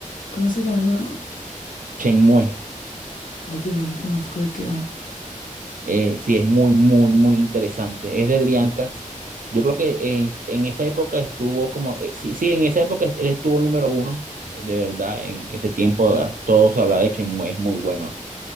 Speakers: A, on the left (about 75°); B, on the right (about 85°).
A: ¿Cómo se llama el juego?
B: Shenmue,
A: Oye, no lo conozco, ¿de qué va?
B: eh, sí, es muy, muy, muy interesante. Es de Driancax. Yo creo que en, en esa época estuvo como, eh, sí, sí, en esa época él estuvo número uno, eh, de verdad, en ese tiempo ah, todo se hablaba de Shenmue, es muy bueno.